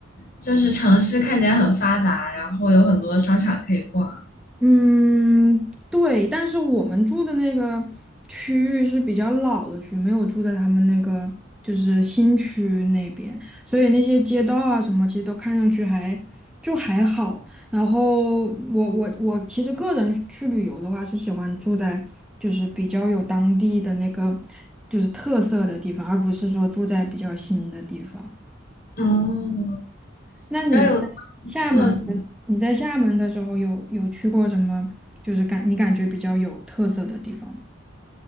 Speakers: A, on the left (about 50°); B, in the centre.
A: 就是城市看起来很发达，然后有很多商场可以逛啊
B: 嗯，对，但是我们住的那个区域是比较老的区，没有住在他们那个就是新区那边，所以那些街道啊什么，其实都看上去还就还好。然后我我我其实个人去旅游的话，是喜欢住在就是比较有当地的那个就是特色的地方，而不是说住在比较新的地方。
A: 哦，
B: 那你在厦门，
A: 比较有特色、
B: 你在厦门的时候有有去过什么，就是感你感觉比较有特色的地方吗